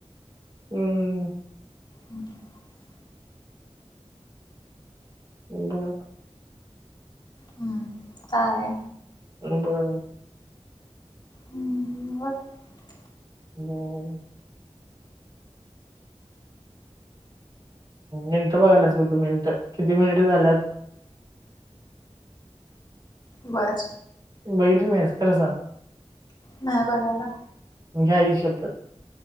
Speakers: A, on the right; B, on the left.
A: हम्म
B: हम् <inaudible>
A: बर
B: हम्म काय
A: बरोबर
B: हम्म <unintelligible>
A: बोल. मिंत बगाल्यास तू मिनिटं किती मिनिट झाल्यात.
B: बर.
A: बघिटली नहीस खरं सांग.
B: नाय बगायला.
A: घे आई ची शप्पथ.